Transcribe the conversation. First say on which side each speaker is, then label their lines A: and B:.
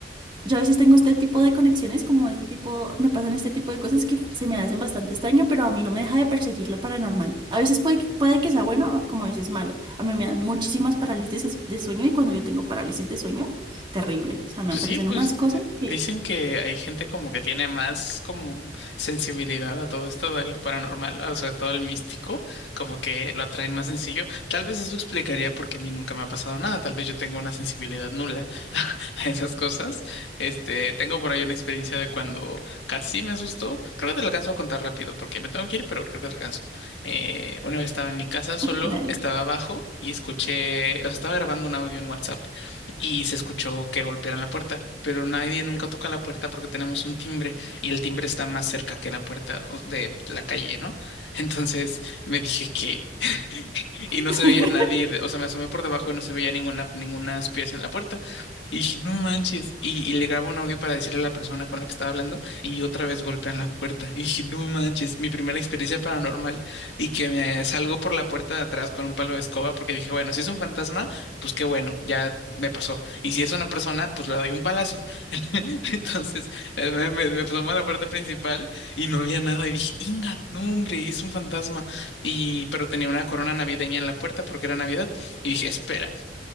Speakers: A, on the right; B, on the left.
A: yo a veces tengo este tipo de conexiones, como este tipo, me pasan este tipo de cosas que se me hacen bastante extraño, pero a mí no me deja de perseguir lo paranormal. A veces puede, que- puede que sea bueno o como a veces malo. A mí me dan muchísimas parálisis de sueño y cuando yo tengo parálisis de sueño, terrible. O sea, me
B: Pues
A: aparecen
B: sí, pues
A: unas cosas
B: eh,
A: que,
B: dicen que hay gente como que tiene más como sensibilidad a todo esto de lo paranormal, o sea, todo el místico, como que lo atraen más sencillo. Tal vez eso explicaría por qué a mí nunca me ha pasado nada, tal vez yo tengo una sensibilidad nula <laughs> a esas cosas. Este, tengo por ahí una experiencia de cuando casi me asustó, creo que te lo alcanzo a contar rápido porque me tengo que ir, pero creo que te lo alcanzo. Eh, una vez estaba en mi casa solo,
A: <laughs> dale.
B: estaba abajo y escuché, o sea, estaba grabando un audio en WhatsApp y se escuchó que golpearan la puerta, pero nadie nunca toca la puerta porque tenemos un timbre y el timbre está más cerca que la puerta o- de la calle, ¿no? <laughs> Entonces me dije, ¿qué? y
A: <laughs>
B: no se veía nadie, de- o sea, me asomé por debajo y no se veía ninguna, ninguna pieza en la puerta. Y dije, no manches. Y, y le grabo un audio para decirle a la persona con la que estaba hablando y otra vez golpean la puerta. Y dije, no manches, mi primera experiencia paranormal y que me salgo por la puerta de atrás con un palo de escoba porque dije, bueno, si es un fantasma, pues qué bueno, ya me pasó. Y si es una persona, pues le doy un palazo. <laughs> Entonces, eh, me, me, me asomo a la puerta principal y no había nada y dije, ingat no hombre, es un fantasma. Y, pero tenía una corona navideña en la puerta porque era Navidad. Y dije, espera. <laughs>